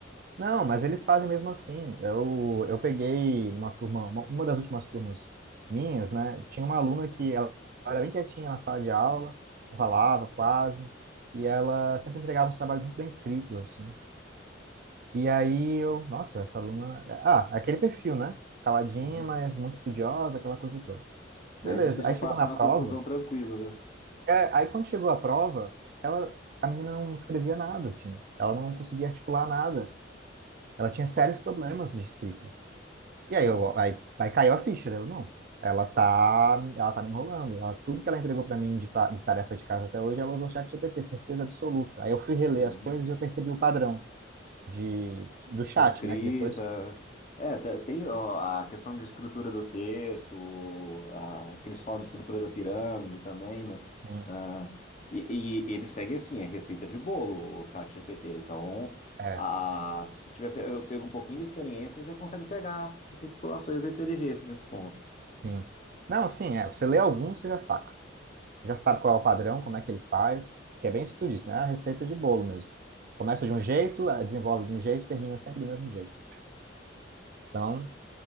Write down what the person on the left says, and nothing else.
Uhum.
Aí a gente deixa
passar
na
confusão tranquila, né?
Nossa.
Uhum.
de escrita.
É, te- tem ó, a questão de estrutura do texto, a, que eles falam de estrutura da pirâmide também, né?
Na- e, e ele segue assim, é receita de bolo, o chat GPT. Então,
a, se você tiver, pe- eu pego um pouquinho de experiência, você já consegue pegar articulações da inteligência nesse ponto.